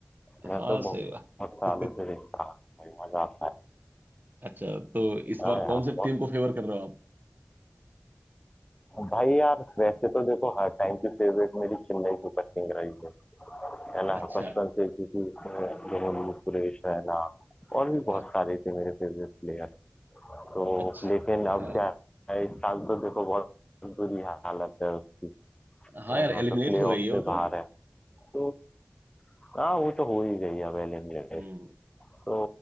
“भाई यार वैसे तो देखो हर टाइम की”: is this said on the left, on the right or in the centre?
Left